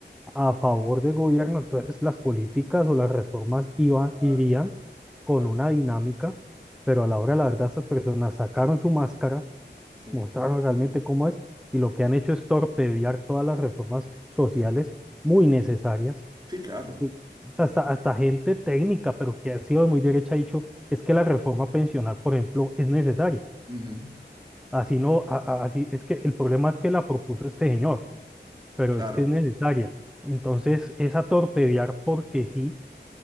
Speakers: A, in the centre; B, on the right.
A: a favor del gobierno, entonces las políticas o las reformas iba-
B: Claro.
A: irían con
B: ta-
A: una dinámica, pero a la hora de la verdad estas personas sacaron su máscara,
B: Sí.
A: mostraron realmente cómo es y lo que han hecho es torpedear todas las reformas sociales muy necesarias.
B: Sí, claro.
A: Uy, Hasta, hasta gente técnica, pero que ha sido de muy derecha, ha dicho, es que la reforma pensional, por ejemplo, es necesaria.
B: Ujú,
A: Así no, a- a- así es que el problema es que la propuso este señor pero
B: Claro.
A: es que es necesaria. Entonces, esa torpedear porque sí,